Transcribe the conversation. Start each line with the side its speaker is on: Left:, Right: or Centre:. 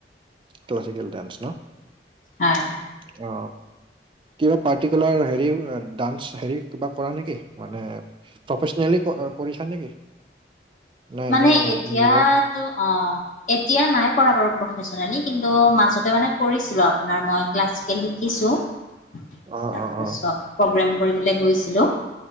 Right: ক্লাছিকেল ডান্স ন।
Left: হয়
Right: অ কিবা পাৰ্টিকুলাৰ হেৰি ডান্স হেৰি কিবা কৰা নেকি মানে প্ৰফেচনেলি কৰিছা নেকি? নাই
Left: মানে
Right: এনেই
Left: এতিয়াতো
Right: নিজৰ
Left: অ এতিয়া নাই কৰা বাৰু প্ৰফেচনেলী কিন্তু মাজতে মানে কৰিছিলোঁ আপোনাৰ মই ক্লাছ শিকিছো তাৰপাছত
Right: অ অ অ
Left: প্ৰগ্ৰেম কৰিবলে গৈছিলো।